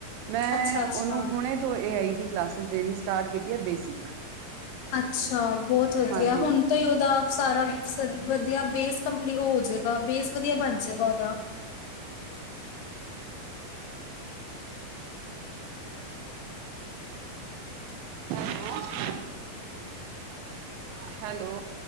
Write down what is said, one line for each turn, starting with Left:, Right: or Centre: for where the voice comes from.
Right: ਮੈਂ
Left: ਅੱਛਾ ਅੱਛਾ
Right: ਉਹਨੂੰ ਹੁਣੇ। ਤੋਂ, ਏ ਆਈ ਦੀ, ਕਲਾਸਿਸ ਦੇਣੀ ਸਟਾਰਟ ਕੀਤੀ ਹੈ। ਬੇਸਿਕ।
Left: ਅੱਛਾ। ਬਹੁਤ ਵਧੀਆ,
Right: ਹਾਂਜੀ
Left: ਹੁਣ। ਤੋਂ ਉਹਦਾ ਆਪ ਸਾਰਾ ਵਧੀਆ ਬੇਸ ਕੰਪਲੀ ਹੋ ਜਾਏਗਾ। ਬੇਸ ਵਧੀਆ ਬਣ ਜੇਗਾ ਉਹਦਾ।
Right: <unintelligible> ਹੈਲੋ।